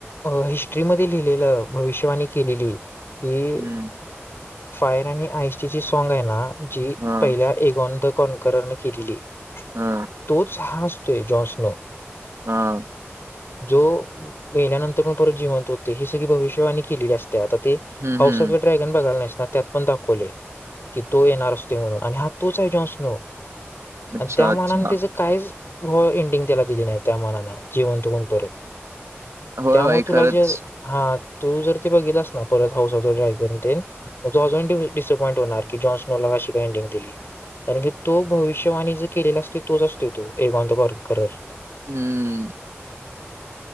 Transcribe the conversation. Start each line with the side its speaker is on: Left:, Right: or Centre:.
Left: हिस्ट्रीमध्ये. भष के
Right: हम्म
Left: फा सॉग आहे ना जी
Right: हा
Left: पहिल्या एकगोंद कनकरने केलेली
Right: हा
Left: तोच हासतोय जॉन्सनो
Right: हा
Left: जो मेल्यानंतर पण परत जिवंत होते ही सगळी भविष्यवाणी केलेली असते ते आता ते
Right: हम्म
Left: हाऊसऑफ
Right: हम्म
Left: द ड्रॅगन बघाला नाही त्यात पण दाखवले की तो येणार असते म्हणून आणि हा तोच आहे जॉन्स नो
Right: अच्छा
Left: त्या मनाने
Right: अच्छा
Left: त्याचं काय व एंडिंग त्याला दिली नाही त्या मनान जिवंतऊन परत
Right: होय
Left: त्यामुळे
Right: बाई
Left: तुला
Right: खरंच
Left: जे हा तू जर ते बघलास ना परत हाऊस ्राय करूनन अजून डसअपॉईंट होणार की जॉननोला ंग दि कारण की तो भविष्यवाणी ज केलेला असते तोच असते तो <unintelligible> करल.
Right: हम्म